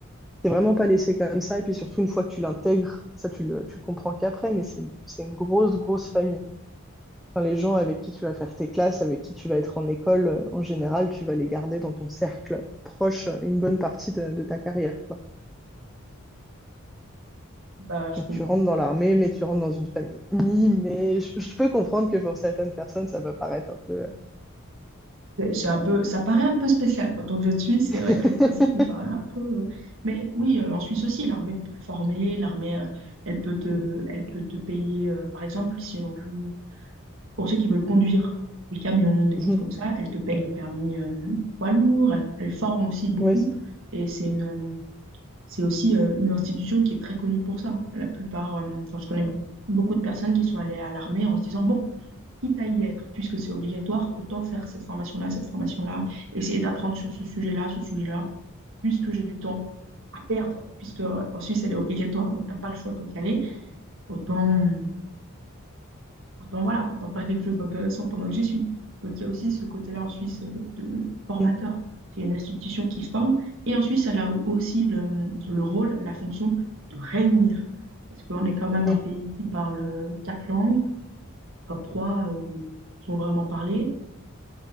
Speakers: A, in the centre; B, on the right.
A: t'es vraiment pas laissé comme ça. Et puis surtout, une fois que tu l'intègres, ça, tu le, tu le comprends qu'après, mais c'est une, c'est une grosse, grosse famille. Enfin, les gens avec qui tu vas faire tes classes, avec qui tu vas être en école, euh, en général, tu vas les garder dans ton cercle proche euh, une bonne partie de, de ta carrière, quoi.
B: bah, je
A: Donc,
B: comprends.
A: tu rentres dans l'armée, mais tu rentres dans une famille. Mais je, je peux comprendre que pour certaines personnes, ça peut paraître un peu.
B: C'est un peu, ça paraît un peu spécial quand on vient de Suisse. C'est
A: <laughs>
B: vrai que le principe nous paraît un peu. euh, Mais oui, euh, en Suisse aussi, l'armée peut former. L'armée, euh, elle peut te, elle peut te payer, euh, par exemple, si on veut, pour ceux qui veulent conduire des camions, des
A: Mhm.
B: choses comme ça, elle te paye le permis, euh, poids lourd. Elle, elle forme aussi beaucoup.
A: Ouais, c'est-
B: Et c'est une, euh, c'est aussi euh, une institution qui est très connue pour ça. La plupart, euh, enfin, je connais be- beaucoup de personnes qui sont allées à l'armée en se disant, bon, quitte à y être, puisque c'est obligatoire, autant faire cette formation-là, cette formation-là, essayer d'apprendre sur ce sujet-là, ce sujet-là, puisque j'ai du temps à perdre, puisque euh, en Suisse, elle est obligatoire, donc t'as pas le choix que d'y aller, autant... euh, Autant, voilà, autant faire quelque chose d'intéressant pendant que j'y suis. Donc, il y a aussi ce côté-là en Suisse euh, de formateur.
A: mhm.
B: C'est une institution qui forme. Et en Suisse, elle a aussi le, le rôle, la fonction de réunir. Parce qu'on est quand même
A: Ouais.
B: un pays qui parle euh, quatre langues. Enfin, trois euh, sont vraiment parlées.